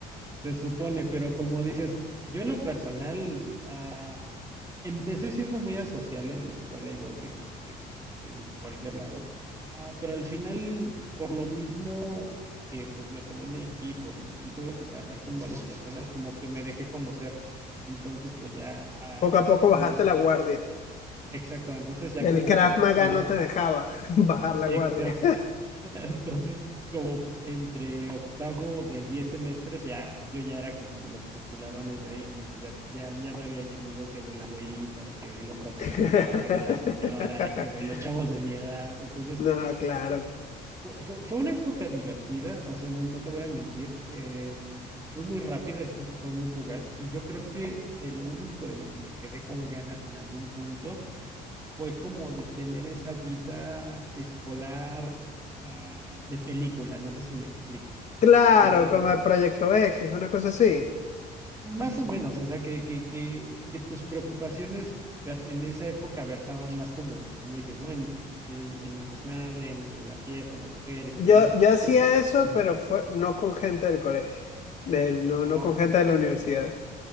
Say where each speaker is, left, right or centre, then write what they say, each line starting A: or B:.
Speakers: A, on the right; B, on the left.
A: se supone, pero como dices, yo en lo personal ah, empecé siendo muy asocial en la escuela, igual que, que en cualquier lado, ah, pero al final, por lo mismo que pues me ponían en equipos y, y tuve que trabajar con varias personas, como que me dejé conocer. Entonces, pues ya ah,
B: Poco a poco
A: en
B: bajaste
A: los,
B: la guardia.
A: exacto, entonces ya como
B: El Krav
A: por octavo,
B: Maga no te dejaba <laughs> bajar la
A: Exacto.
B: guardia.
A: Entonces, como entre octavo de 10 semestres, ya yo ya era como de los popularones de ahí, entonces ya, ya, ya me había hecho amigo que del abuelito, que del otro
B: <laughs>
A: abuelito, que de la señora, que de los chavos de mi edad. Entonces,
B: No, claro.
A: eh, fue, fue- fue una época divertida, o sea, no, no te voy a mentir, eh, fue muy rápida, yo siento que fue muy fugaz, y yo creo que de lo único de lo que me quedé con ganas en algún punto fue como de tener esa vida escolar ah, de película, no sé si me explico,
B: Claro,
A: como
B: como
A: de,
B: el Proyecto X, una cosa así.
A: más o Sí, menos, o sea, que, que, que, que tus preocupaciones ver- en esa época versaban más como, como dices, ¿no? En, el en el desmadre, en, en la fiesta, las mujeres
B: Yo,
A: y demás,
B: yo hacía
A: pero,
B: eso,
A: ujú,
B: pero fue, no con gente del colegio, del, no,
A: ah,
B: no con gente de la universidad.